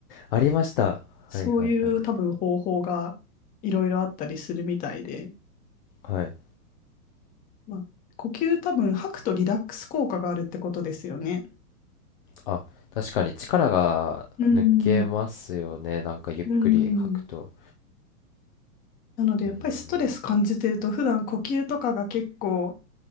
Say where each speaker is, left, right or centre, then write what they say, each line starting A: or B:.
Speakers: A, on the left; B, on the left.
A: <laughs> ありました。
B: そういう多分方法がいろいろあったりするみたいで、
A: はいはいはい。はい。
B: まあ、呼吸多分吐くとリラックス効果があるってことですよね。
A: あ、確かに力が抜けますよね。
B: うん、
A: なんかゆっくり吐くと。
B: うん。なのでやっぱりストレス感じてると普段呼吸とかが結構
A: うん、